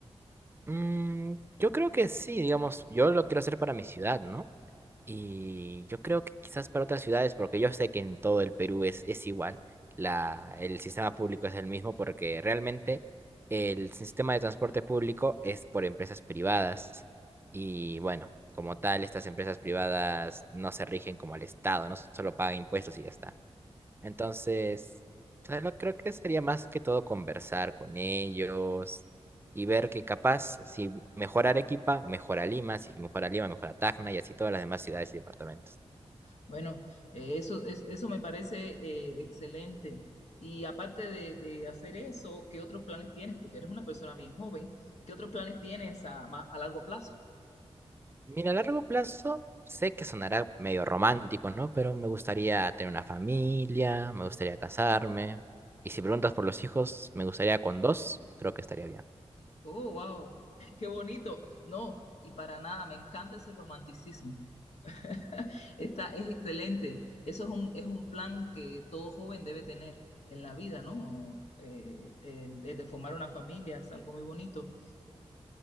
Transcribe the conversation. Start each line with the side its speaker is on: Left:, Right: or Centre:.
Right: Mm, yo creo que sí, digamos, yo lo quiero hacer para mi ciudad, ¿no? Y yo creo que quizás para otras ciudades, porque yo sé que en todo el Perú es, es igual, la, el sistema público es el mismo, porque realmente el sistema de transporte público es por empresas privadas. Y bueno, como tal, estas empresas privadas no se rigen como el Estado, no solo pagan impuestos y ya está. Entonces, claro, creo que sería más que todo conversar con ellos y ver que capaz, si mejora Arequipa, mejora Lima, si mejora Lima, mejora Tacna y así todas las demás ciudades y departamentos.
Left: Bueno, eh, eso, es- eso me parece eh, excelente. Y aparte de, de hacer eso, ¿qué otros planes tienes? Porque eres una persona bien joven. ¿Qué otros planes tienes a, ma- a largo plazo?
Right: Mira, a largo plazo, sé que sonará medio romántico, ¿no? Pero me gustaría tener una familia, me gustaría casarme. Y si preguntas por los hijos, me gustaría con dos, creo que estaría bien.
Left: Oh, wow, <laughs> qué bonito. No, y para nada, me encanta ese romanticismo. <laughs> Está, es excelente. Eso es un, es un plan que todo joven debe tener en la vida, ¿no? Eh, el, el de formar una familia es algo muy bonito.